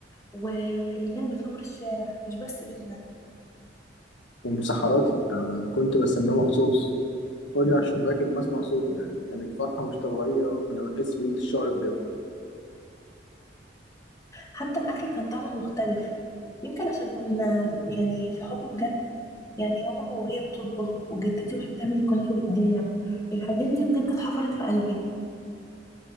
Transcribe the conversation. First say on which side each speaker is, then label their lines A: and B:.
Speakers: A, on the left; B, on the left.
A: واللي كانت بتنور الشارع مش بس بيتنا
B: ومسحراتي أنا كنت بستناه مخصوص واجري على الشباك لما اسمع صوته يعني كانت فرحة مش طبيعية وكنا بنحس بقيمة الشهر بجد
A: حتى الأكل كان طعمه مختلف يمكن عشان كنا في يعني في حب بجد يعني ماما وهي بتطبخ وجدتي وهي بتعمل الكنافة بإيديها الحاجات دي بجد اتحفرت في قلبي